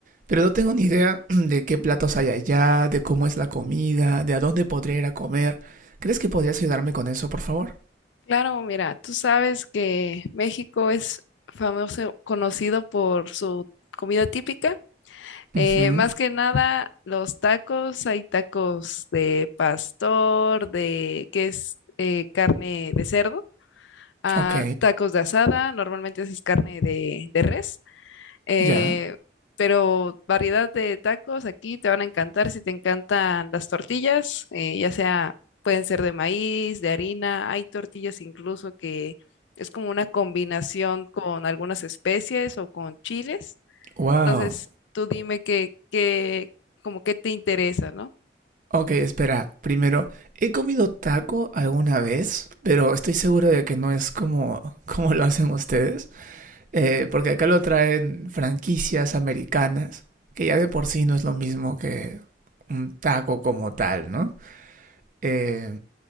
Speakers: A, on the right; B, on the left.
A: Pero no tengo ni idea <clears throat> de qué platos hay allá, de cómo es la comida, de a dónde podría ir a comer. ¿Crees que podrías ayudarme con eso, por favor?
B: Claro, mira, tú sabes que México es famoso, conocido por su comida típica. Eh,
A: Ujú,
B: más que nada, los tacos, hay tacos de pastor, de que es eh, carne de cerdo, ah,
A: Ok,
B: tacos de asada, normalmente es carne de, de res. eh,
A: ya.
B: pero variedad de tacos aquí te van a encantar si te encantan las tortillas, eh, ya sea, pueden ser de maíz, de harina, hay tortillas incluso que es como una combinación con algunas especies o con chiles.
A: Wow.
B: Entonces, tú dime qué, qué, como qué te interesa, ¿no?
A: Ok, espera. Primero, he comido taco alguna vez, pero estoy seguro de que no es como, <laughs> como lo hacen ustedes, eh, porque acá lo traen franquicias americanas, que ya de por sí no es lo mismo que un taco como tal, ¿no? Eh,